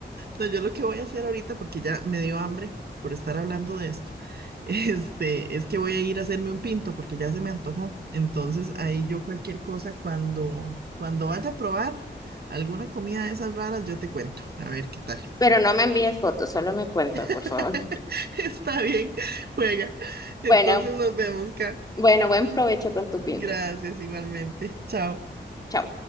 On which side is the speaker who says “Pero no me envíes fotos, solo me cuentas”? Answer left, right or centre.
Left